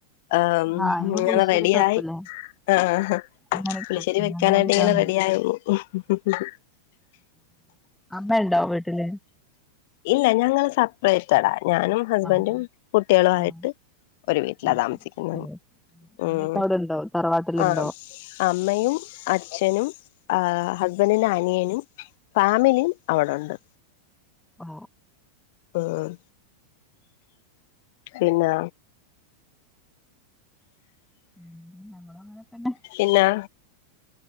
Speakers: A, on the left; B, in the centre.
A: ആം
B: ആഹ് ഇങ്ങള്
A: ങ്ങനെ
B: പുളിശ്ശേരിയൊക്കെ
A: റെഡിയായി
B: വെക്കൂലേ?
A: ആഹ്.
B: അങ്ങനെയൊക്കെ
A: പുളിശ്ശേരി
B: വെക്കും
A: വെക്കാനായിട്ട്
B: ഞങ്ങളതിലാണ്
A: ഇങ്ങനെ റെഡി ആയി ഉം ഉം ഹ് ഹ്
B: അമ്മയുണ്ടോ വീട്ടില്
A: ഇല്ല ഞങ്ങള് സപ്പറേറ്റടാ ഞാനും ഹസ്ബന്റും
B: ആഹ്
A: കുട്ടികളു ആയിട്ട്
B: ആഹ്
A: ഒരു വീട്ടിലാ
B: അത്
A: താമസിക്കുന്ന
B: ശരി.
A: ഉം
B: അമ്മയൊക്കെ അവിടെ ഉണ്ടോ തറവാട്ടിലുണ്ടോ?
A: ആഹ് അമ്മയും അച്ഛനും ആ ഹസ്ബന്റിന്റെ അനിയനും ഫാമിലി അവിടൊണ്ട്
B: ഓ
A: ഉം പിന്ന
B: ഉം ഞങ്ങളും അങ്ങനതന്നെ
A: പിന്നാ